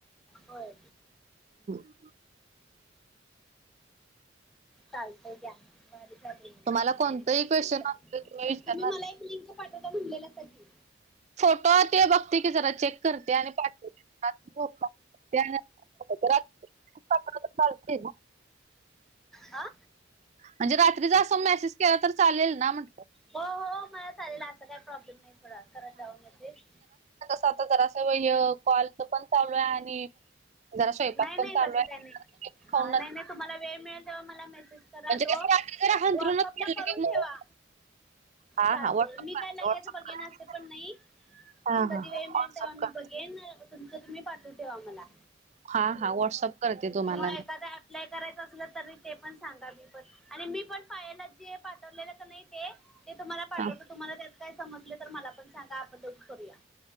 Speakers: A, in the centre; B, on the right.
A: होय
B: <unintelligible> <inaudible>
A: चालतंय घ्या ब चाले मला
B: तुम्हाला
A: सांगितलं
B: कोणतंही क्वेश्चन
A: बर झाल
B: असलं विचारला
A: तुम्ही मला एक लिंक पाठवता म्हणलेल्या साकी
B: फोटो ते बघ ते जरा चेक करते आणि पाठवते <inaudible> <unintelligible> ते ना <unintelligible>
A: हा
B: म्हणजे रात्री जा असं मेसेज केला तर चालेल ना म्हटलं
A: हो हो मला चालेल असं काही प्रॉब्लेम नाही सोडा करत जावा मॅसेज
B: आ जरा असं व कॉल तर पण चालू आहे आणि जरा स्वयंपाक
A: नाही
B: पण
A: नाही
B: चालू
A: तसं
B: आहे
A: काही नाही हा
B: खाऊन
A: नाही नाही तुम्हाला वेळ मिळेल तेव्हा मला मेसेज करा
B: म्हणजे
A: तो,
B: कसं रात्री जरा हंतरूनच
A: व्हॉट्सअपला
B: पडलं
A: करून
B: की मग
A: ठेवा.
B: हा
A: चालतय
B: हा व्हॉट्सअप
A: मी
B: करते
A: काय लगेचं
B: व्हॉट्सअप
A: बघेन
B: करते.
A: अस ते पण नाही.
B: हा
A: कधी
B: हा
A: वेळ
B: व्हॉट्सअप
A: मिळेल तेव्हा
B: करते.
A: बघेन तुमच तुम्ही पाठव ठेवा मला
B: हा हा व्हॉट्सअप करते तुम्हाला
A: किंवा
B: मी.
A: एखादा ॲप्लाय करायचं असलं तरी ते पण सांगा मी पण आणि मी पण पाहिला पाठवले नाही ते ते तुम्हाला पाठवत
B: हा
A: तुम्हाला त्यात काय समज तर मला पण सांगा. मिळुन करुया